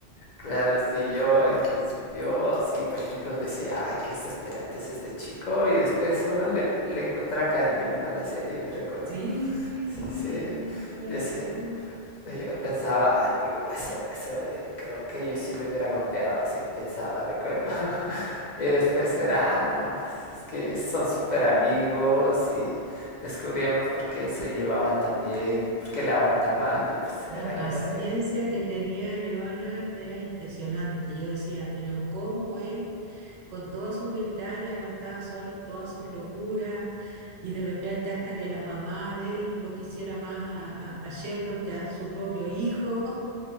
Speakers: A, on the left; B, on the right.
A: claro, sí, yo en principio, sí, por ejemplo, decía, ay, qué exasperante es este chico, y después uno le, le encuentra cariño, ¿no? A la serie, me recuerdo.
B: Sí,
A: Sí,
B: sí,
A: sí,
B: toda la
A: decía,
B: razón.
A: Yo pensaba, ay, digo, eso, eso, eh, creo que yo sí le hubiera golpeado, así pensaba, recuerdo. <laughs> Y después era, "Ah, no, pues es que son súper amigos y descubríamos por qué se llevaban tan bien y por qué le aguantaban y pues
B: La
A: era yo
B: paciencia
A: también.
B: que tenía Leonard era impresionante. Yo decía, pero cómo él, con toda su humildad, le aguantaba solo todas sus locuras y de repente hasta que la mamá de él lo quisiera más a, a- a Sheldon que a su propio hijo. <laughs>